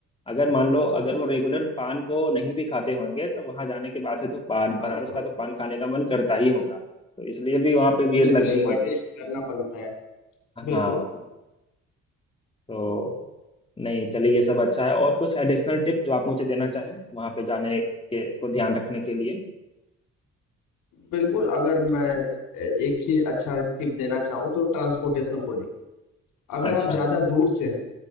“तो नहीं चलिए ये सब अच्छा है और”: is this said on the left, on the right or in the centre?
Left